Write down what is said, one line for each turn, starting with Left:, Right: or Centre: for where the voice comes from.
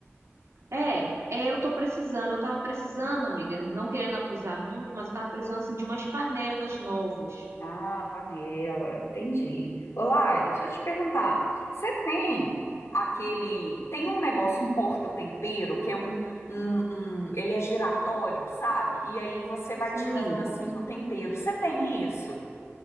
Right: É, é, eu tô precisando. Eu tava precisando, amiga, não querendo abusar muito, mas eu tava precisando assim de umas panelas novas.
Left: Ah, panela, entendi. Ô, Laila, deixa eu te perguntar. Você tem aquele. Tem um negócio, um porta-tempero, que é um, um, um. Ele é giratório, sabe? E aí você vai
Right: Sim,
Left: tirando assim o tempero. Você tem isso?